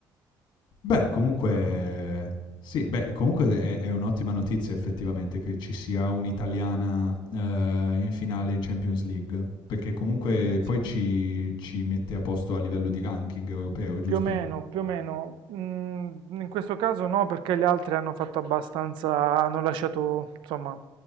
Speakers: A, on the left; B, on the right.
A: Beh, comunque sì, beh, comunque è è un'ottima notizia effettivamente che ci sia un'italiana, ehm, in finale in Champions League, perché comunque
B: Sì.
A: poi ci ci mette a posto a livello di ranking europeo, giusto?
B: Più o meno, più o meno. Mm, in questo caso no, perché gli altri hanno fatto abbastanza, hanno lasciato, insomma,